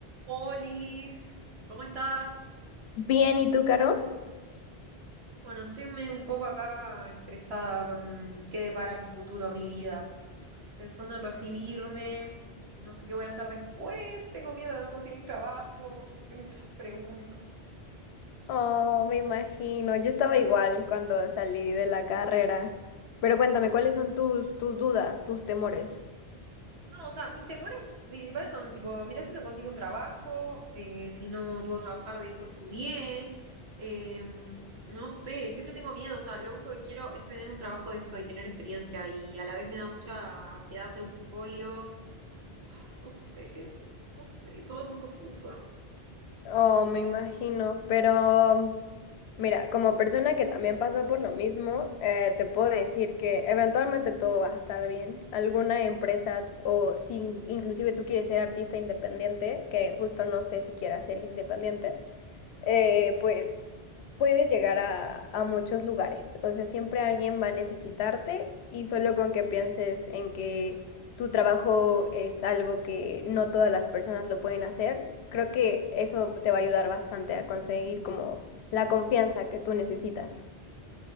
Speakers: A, on the right; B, on the left.
A: Olis, ¿cómo estás?
B: Bien, ¿y tú, Caro?
A: Bueno, estoy me- un poco acá estresada con qué depara mi futuro, mi vida. Pensando en recibirme, no sé qué voy a hacer después, tengo miedo de no conseguir trabajo, tengo muchas preguntas.
B: Oh, me imagino. Yo estaba igual cuando salí de la carrera. Pero cuéntame, ¿cuáles son tus, tus dudas, tus temores?
A: No, o sea, mis temores principales son tipo, mirá si no consigo un trabajo, eh, si no puedo trabajar de esto que estudié, eh, no sé, siempre tengo miedo, o sea, lo único que quiero es que me den un trabajo de esto y tener experiencia y a la vez me da mucha ansiedad hacer un portfolio. No sé, no sé, todo es muy confuso.
B: Oh, me imagino. Pero mira, como persona que también pasó por lo mismo, eh, te puedo decir que eventualmente todo va a estar bien. Alguna empresa o si in- inclusive tú quieres ser artista independiente, que justo no sé si quieras ser independiente. eh, pues puedes llegar a, a muchos lugares. O sea, siempre alguien va a necesitarte y solo con que pienses en que tu trabajo es algo que no todas las personas lo pueden hacer, creo que eso te va a ayudar bastante a conseguir como la confianza que tú necesitas.